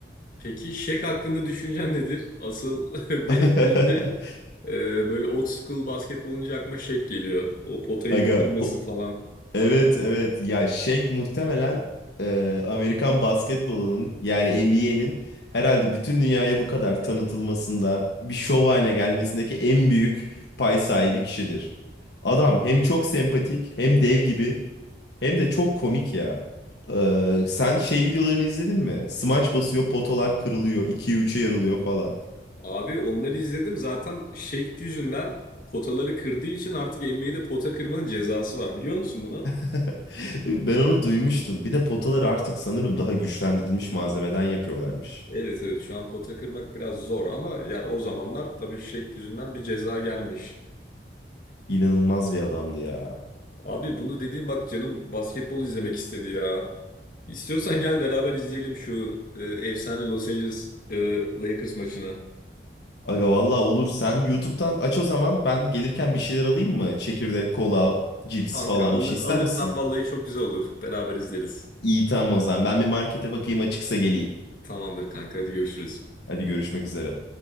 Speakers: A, on the left; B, on the left.
A: Peki Şek hakkında düşüncen nedir? Asıl <laughs> benim
B: <laughs>
A: gözümde e, böyle old school basketbol olunca aklıma Şek geliyor. O potayı
B: Aga
A: kırması
B: po-
A: falan.
B: Evet evet ya Shaq muhtemelen e, Amerikan basketbolunun yani NBA'nin herhalde bütün dünyaya bu kadar tanıtılmasında bir şov haline gelmesindeki en büyük pay sahibi kişidir. Adam hem çok sempatik hem dev gibi hem de çok komik ya. E, sen şey videolarını izledin mi? Smaç basıyor potalar kırılıyor 2'ye üç'e yarılıyor falan.
A: Abi onları izledim zaten Şek yüzünden potaları kırdığı için artık NBA'de pota kırmanın cezası var. Biliyor musun bunu?
B: <laughs> Ben onu duymuştum. Bir de potaları artık sanırım daha güçlendirilmiş malzemeden yapıyorlarmış.
A: Evet evet şu an pota kırmak biraz zor ama yani o zamanlar tabii Şek yüzünden bir ceza gelmiş.
B: İnanılmaz bir adamdı ya.
A: Abi bunu dediğin bak canım basketbol izlemek istedi ya. İstiyorsan gel beraber izleyelim şu e, efsane Los Angeles e, Lakers maçını.
B: Aga valla olur. Sen YouTube'dan aç o zaman. Ben gelirken bir şeyler alayım mı? Çekirdek, kola, cips
A: Kanka
B: falan
A: alır,
B: bir şey ister
A: alırsan
B: misin?
A: vallahi çok güzel olur. Beraber izleriz.
B: İyi tamam o zaman. Ben bir markete bakayım açıksa geleyim.
A: Tamamdır kanka hadi görüşürüz.
B: Hadi görüşmek üzere.